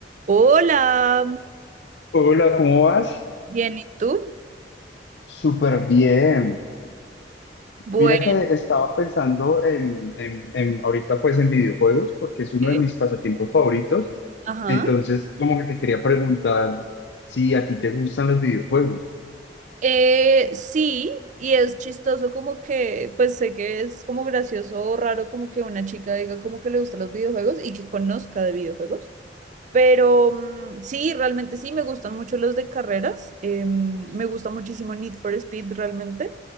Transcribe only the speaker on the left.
Hola, ¿cómo vas?
Súper bien.
Mira que estaba pensando en, en, en ahorita pues en videojuegos porque es uno
de mis pasatiempos favoritos.
Entonces, como que te quería preguntar si a ti te gustan los videojuegos.